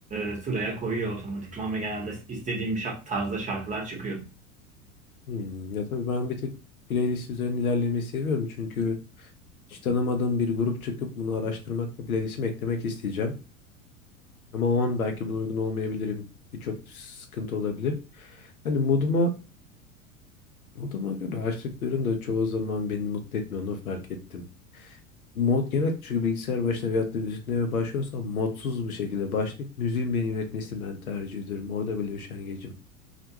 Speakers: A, on the right; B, on the left.
A: e, sıraya koyuyor otomatikman ve genelde istediğim şa- tarzda şarkılar çıkıyor.
B: Hmm, Ya tabii ben bir tık playlist üzerine ilerlemeyi seviyorum. Çünkü hiç tanımadığım bir grup çıkıp bunu araştırmak ve playlistime eklemek isteyeceğim. Ama o an belki buna uygun olmayabilirim. Birçok sıkıntı olabilir. Hani moduma Moduma göre açtıklarım da çoğu zaman beni mutlu etmiyor onu fark ettim. Mod genel çünkü bilgisayar başına veyahut da müzik dinlemeye başlıyorsam modsuz bir şekilde başlayıp müziğin beni yönetmesini ben tercih ediyorum. Orada böyle üşengecim.